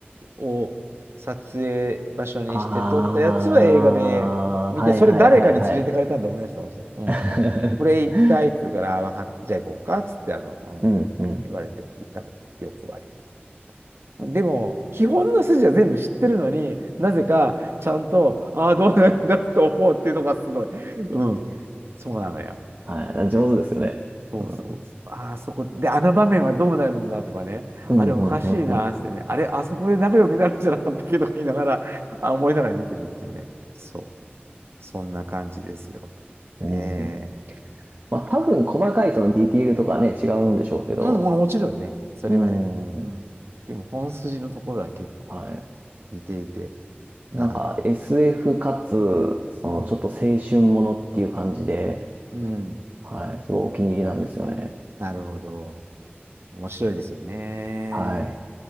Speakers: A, on the right; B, on the right.
A: を撮影場所にして撮ったやつは映画で見て、
B: ああ、はいはいはいはい。
A: それ誰かに連れてかれたんだ思い出してました。うん。
B: <laughs>
A: これ行きたいって言うから、あわかっじゃあ行こうかっつって、あの、うん、
B: うん、うん。
A: 言われて行った記憶があります。でも、基本の筋は全部知ってるのになぜかちゃんと、ああ、どうなるんだと思うっていうのがすごい。うん、そうなのよ。
B: はい。上手ですよね。
A: そうそうそう。
B: う
A: ああ、そこで、あの場面はどうなるんだとかね。
B: ん、
A: あれおかしいなーっつってね。
B: うん、うん、うん。
A: あれ、あそこで仲良くなるんじゃなかったっけとか言いながら、<laughs> あ、思いながら見てるっていうね。そう。そんな感じですよ。
B: うん
A: ねえ。
B: <laughs> まあ多分細かいそのディティールとかね、違うんでしょうけど、
A: うん、まあもちろんね。それはね。
B: うーん、
A: うん。でも本筋のところは結構
B: はい。
A: 似ていて、なかなかです。
B: なんか SF かつ、そのちょっと青春ものっていう感じで、
A: うん。うん。
B: はい、すごいお気に入りなんですよね。
A: なるほど。面白いですよね。
B: はい。